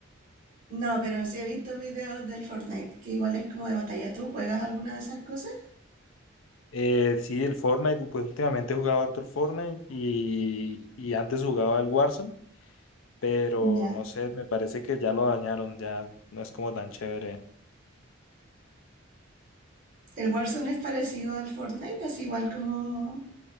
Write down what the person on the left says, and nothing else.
Eh, sí, el Fortnite, pues últimamente he jugado harto el Fortnite y, y antes jugaba el Warzone, pero
no sé, me parece que ya lo dañaron, ya no es como tan chévere.